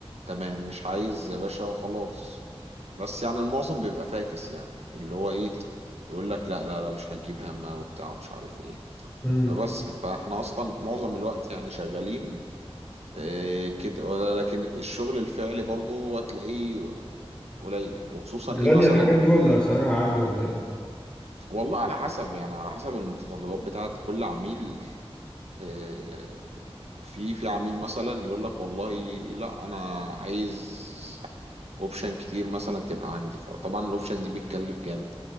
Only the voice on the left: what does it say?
امم
غالية
الحاجات
دي ولا سعرها عادي ولا ايه